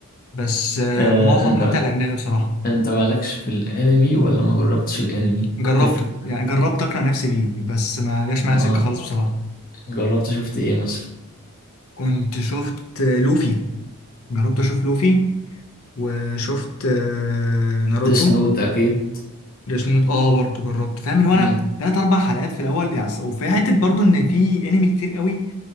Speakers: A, on the left; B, on the left.
A: بس آه
B: آه،
A: ومعظم
B: انت
A: حاجتي على الأجنبي بصراحة
B: انت مالكش في الانمي ولا ما جربتش الانمي
A: جربته
B: تفرق
A: يعني جربت أقنع نفسي بيه بس ما جاش معايا
B: اه
A: سكة خالص
B: آه.
A: بصراحة
B: جربت شفت ايه مثلا
A: كنت شفت آه، لوفي جربت أشوف لوفي وشفت آه، ناروتو
B: سنوت اكيد
A: ديسنوت اه برضه جربت فاهم اللي هو
B: مم.
A: انا تلات اربع حلقات في الاول يعني أصل- وفي حته برضه ان في انمي كتير قوي